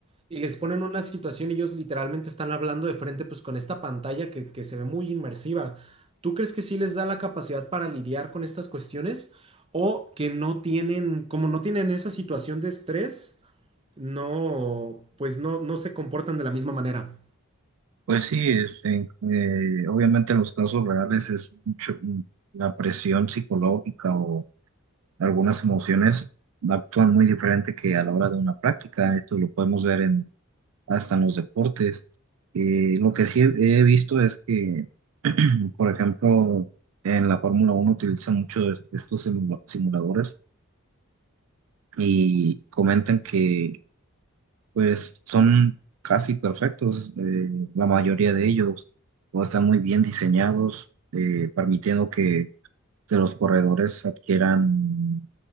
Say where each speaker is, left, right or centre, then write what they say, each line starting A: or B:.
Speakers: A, on the right; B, on the right.
A: y les ponen una situación y ellos literalmente están hablando de frente, pues con esta pantalla que, que se ve muy inmersiva. ¿Tú crees que sí les da la capacidad para lidiar con estas cuestiones o que no tienen, como no tienen esa situación de estrés? no, pues no, no se comportan de la misma manera.
B: Pues sí, es en- eh, obviamente en los casos reales es mucho- la presión psicológica o algunas emociones actúan muy diferente que a la hora de una práctica. Esto lo podemos ver en, hasta en los deportes. Eh, lo que sí he, he visto es que, por ejemplo, en la Fórmula uno utilizan mucho estos simula- simuladores y comentan que pues son casi perfectos, eh, la mayoría de ellos, o están muy bien diseñados, eh, permitiendo que, que los corredores adquieran